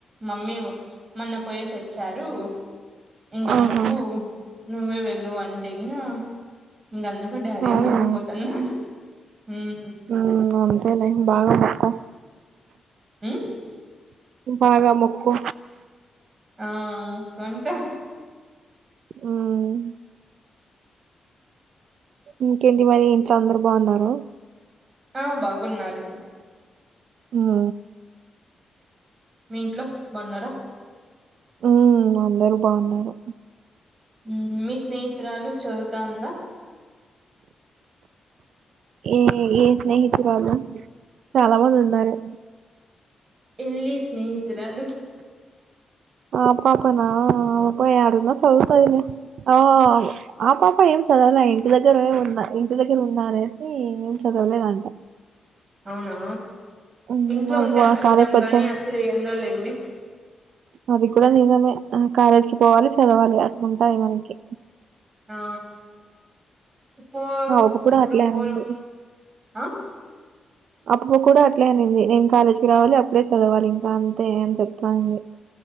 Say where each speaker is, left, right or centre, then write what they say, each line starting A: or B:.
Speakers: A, on the right (about 30°); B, on the right (about 80°).
A: మమ్మీ మొన్న పోయేసి వచ్చారు ఇంకందుకు
B: ఆహా
A: నువ్వే వెళ్ళు అంటే ఇగ ఇంక అందుకు డాడిని
B: అవునా
A: నేను పోతాన్నాను అన్న
B: హ అంతేలే బాగ మెక్కు
A: ఉ
B: బాగా మొక్కు
A: ఆ కొంత
B: ఉమ్ ఇంకేంటి మరి ఇంట్లో అందరు బాగున్నార
A: ఆ బాగున్నారు
B: హా
A: మీ ఇంట్లో బగున్నారా
B: ఉ అందరు బాగున్నారు
A: ఉ మీ స్నేహితురాలు చదువుతా ఉందా
B: ఏ ఏ స్నేహితురాలు చాలా మంది ఉన్నారు
A: ఇల్లి స్నేహితురాలు
B: ఆ పాపనా ఆ పా యాడున్న సదువుతాదిలే ఆ ఆ పాప ఏం చదవల ఇంటి దగ్గరే ఉందా ఇంటి దగ్గర ఉందా అనేసి ఏం చదవలేదు అంట
A: అవునా
B: ఉమ్
A: ఇంట్లో
B: అవ్వ
A: ఉంటే అనుకుంటాం
B: కాలేజ్ కి వచ్చా
A: గాని అస్సలు ఏందొ లే అండి
B: అది కూడ నిజమే కాలేజ్ కి పోవాలి చదవాలి అట్ల ఉంటాయి మనకి
A: ఆ ఫోర్
B: మా అవ్వ కూడా
A: ఇప్పుడు
B: అట్లే
A: ఫోర్
B: అనింది
A: అ
B: అప్పు కూడా అట్లే అనింది నేను కాలేజీకి రావాలి అప్పుడే చదవాలి ఇంకా అంతే అని చెప్ ఇట్లా అంది